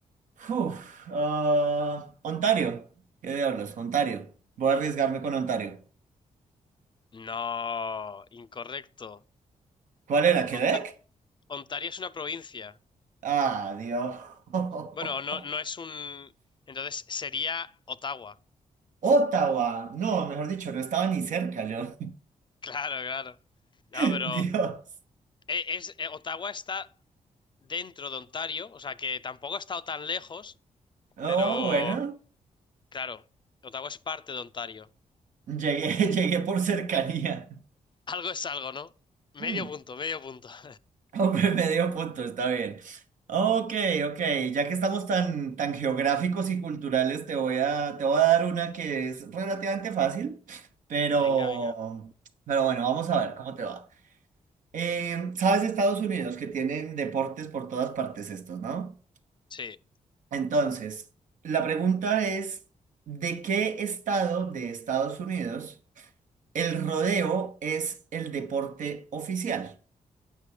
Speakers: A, on the right; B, on the left.
A: Uf, ah, Ontario. ¿Qué diablos? Ontario. Voy a arriesgarme con Ontario.
B: No, incorrecto.
A: ¿Cuál era? ¿Quebec?
B: Onta- Ontario es una provincia.
A: Ah, Dios. <laughs>
B: Bueno, no, no es un... Entonces sería Ottawa.
A: Ottawa. No, mejor dicho, no estaba ni cerca yo.
B: <laughs> Claro, claro. No,
A: <laughs>
B: pero
A: Dios.
B: eh, es, eh, Ottawa está dentro de Ontario, o sea que tampoco ha estado tan lejos,
A: Oh,
B: pero
A: bueno.
B: claro, Ottawa es parte de Ontario.
A: Llegué, <laughs> llegué por cercanía.
B: Algo es algo, ¿no? Medio
A: Mm.
B: punto, medio punto. <laughs>
A: <laughs> Hombre, medio punto, está bien. Ok, ok, ya que estamos tan, tan geográficos y culturales, te voy a, te voy a dar una que es relativamente fácil, pero,
B: Venga, venga.
A: pero bueno, vamos a ver cómo te va. Eh, sabes, Estados Unidos, que tienen deportes por todas partes estos, ¿no?
B: Sí.
A: Entonces, la pregunta es, ¿de qué estado de Estados Unidos el rodeo es el deporte oficial?